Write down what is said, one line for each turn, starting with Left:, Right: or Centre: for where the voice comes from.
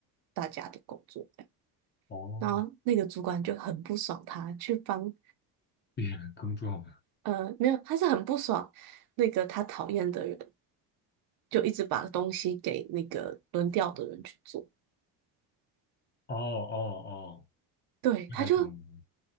Right: 大家的工作这样
Left: 哦，
Right: 然后那个主管就很不爽他，去帮
Left: 别人工作。
Right: 呃没有，他是很不爽那个他讨厌的人，就一直把东西给那个轮调的人去做。
Left: 哦哦哦，
Right: 对，
Left: 大概懂了。
Right: 他就